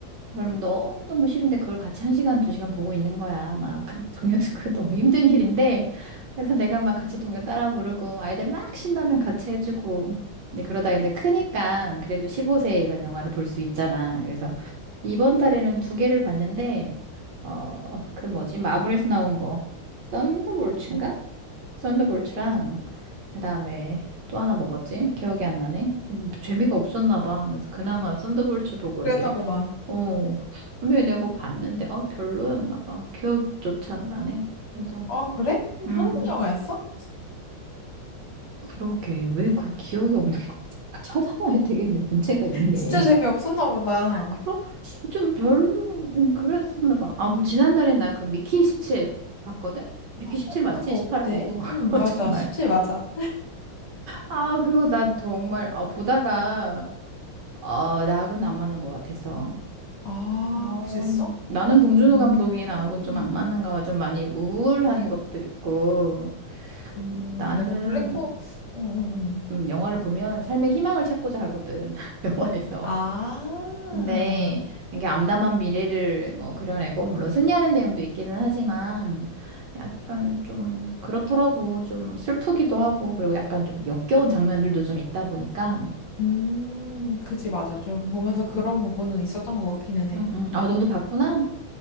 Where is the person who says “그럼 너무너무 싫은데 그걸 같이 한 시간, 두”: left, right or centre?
Right